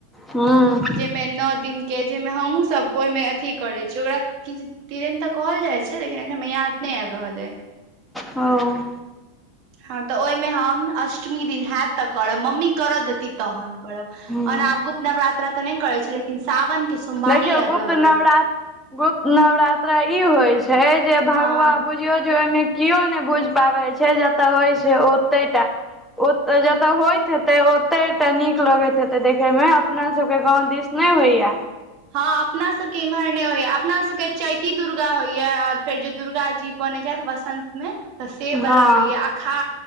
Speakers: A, in the centre; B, on the right.
A: हूं
B: मे नौ दिन के जइमे हमुं सब ओइमे अथी करै छियै ओकरा किछ किदनि तऽ कहल जाय छै लेकिन एखन हमरा याद नहि आबि रहल अइ।
A: हॅं
B: हँ तऽ ओइमे हम अष्टमी दिन हैत तऽ करब मम्मी करऽ देती तहन करब
A: हँ
B: ओना आब गुप्त नवरात्रा तऽ नै करै छी लेकिन सावन के सोमवारी
A: देखियौ
B: आबि
A: गुप्त
B: रहल अइ
A: नवरात् गुप्त नवरात्रा ई होइ छै जे भगवान
B: हँ
A: बुइझ बुझियौ जे ओइमे किओ नै बुझि पाबै छै जतऽ होइ छै ओतै टा ओत जतऽ होइत हेतै ओतय टा नीक लगैत हेतै देखै मे अपना सब के गांव दिस नै होइयै।
B: हँ अपना सबके इम्हर नै़ होइया अपना सबके चैती दुर्गा होइयै और फेर जे दुर्गा जी बनै छथि वसन्त मे तऽ से
A: हँ
B: वाला होइयै आ खा